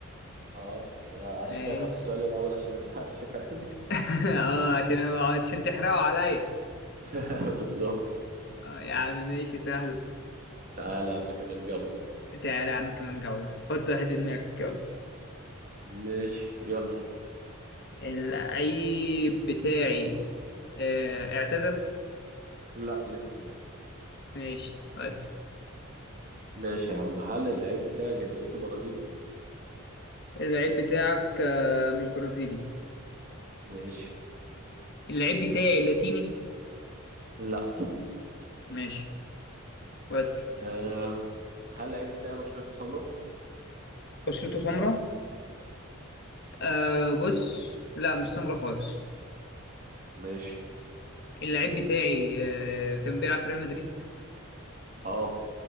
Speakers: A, on the right; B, on the left.
A: اه انا عشان
B: ماشي
A: كده خدت السؤال الاول عشان ما اسالش فاهم
B: <laughs> اه عشان أنا- عشان تحرقوا عليا
A: <laughs> بالظبط
B: آه يا عم ماشي سهل
A: تعالى يا عم كمان جولة
B: تعالى يا عم كمان جولة حط واحد في دماغك يلا
A: ماشي يلا
B: اللعيب بتاعي آه اعتزل
A: لا لسه بقى
B: ماشي ود
A: ماشي يا عم هل اللعيب بتاعي جنسيته برازيلي؟
B: اللعيب بتاعك آه مش برازيلي
A: ماشي
B: اللعيب بتاعي لاتيني
A: لا
B: ماشي ود
A: آه. هل اللعيب بتاعي بشرته سمراء؟
B: بشرته سمراء آه بص لا مش سمراء خالص
A: ماشي
B: اللعيب بتاعي آه كان بيلعب في ريال مدريد
A: اه